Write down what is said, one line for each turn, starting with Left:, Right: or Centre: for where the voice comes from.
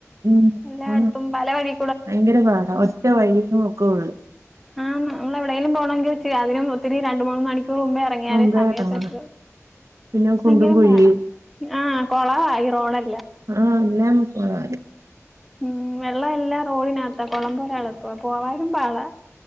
Right: ഉം
Centre: എല്ലാടുത്തും
Right: ഉം
Centre: പലവഴി
Right: ഭയങ്കര പാടാ ഒറ്റ വഴിയും കോള്
Centre: ആന്ന് നമ്മള് എവിടെങ്കിലും പോണെങ്കി ച്ച അതിനും ഒത്തിരി രണ്ട് മൂന്ന് മണിക്കു കുമ്പേ ഇറങ്ങിയാലെ
Right: മുമ്പേ
Centre: സമയതെത്തുള്ളു
Right: ഇറങ്ങണം പിന്നെ കുണ്ടും
Centre: ഭയങ്കരം
Right: കുഴിയും
Centre: പാടാ ആ കൊളവ ഈറോഡെ
Right: ആ അല്ലെ മുത് <unintelligible>
Centre: ഉം വെള്ളം എല്ലാം റോടിനാത്താ കൊളമ്പോലെ കെടക്കുവാ പോവാനും പാടാ